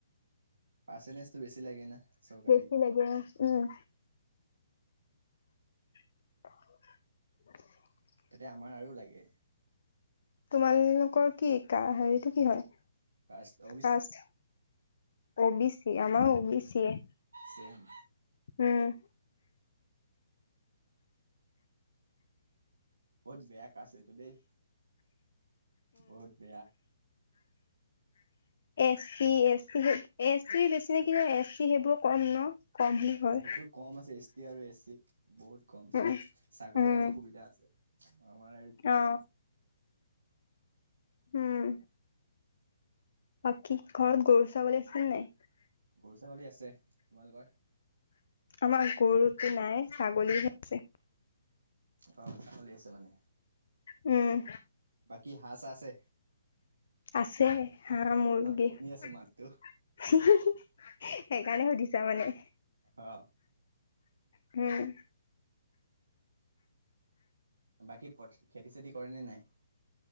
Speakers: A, on the right; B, on the left.
A: পাৰ্চেন্টেজটো বেছি লাগে না। চৰকাৰীত।
B: বেছি লাগে উম। <inaudible>
A: এতিয়া আমাৰ আৰু লাগে।
B: তোমালোকৰ কি কা হেৰিটো কি হয়
A: caste O B
B: caste
A: C
B: O B C আমাৰো অ বি চি এ
A: চেইম
B: উম
A: বহুত বেয়া কাষ্ট এইটো দেই বহুত বেয়া।
B: S C, S T, S T বেছি নেকি জানো এছ চি সেইবোৰক কম ন কম বুলি কয়।
A: নেটৱৰ্ক কম আছে এছ টি আৰু এ চি বহুত কম
B: উম
A: চাকৰিৰ
B: উম,
A: কাৰণেও সুবিধা আছে আমাৰ আৰু কি
B: অ
A: কম
B: উম। বাকী ঘৰত গৰু ছাগলী আছিল নাই?
A: গৰু ছাগলী আছে তোমালোকৰ?
B: আমাৰ গৰুতো নাই ছাগলীহে আছে
A: অ ছাগলী আছে মানে।
B: উম
A: বাকী হাঁহ-চাঁহ আছে?
B: আছে। হাহ মূৰগি।
A: হয় শুনি
B: হি‌
A: আছো মাতটো
B: হি হি, সেইকাৰণে সুধিছা মানে।
A: অ।
B: হম।
A: বাকী পথ, খেতি-চেতি কৰেনে নাই?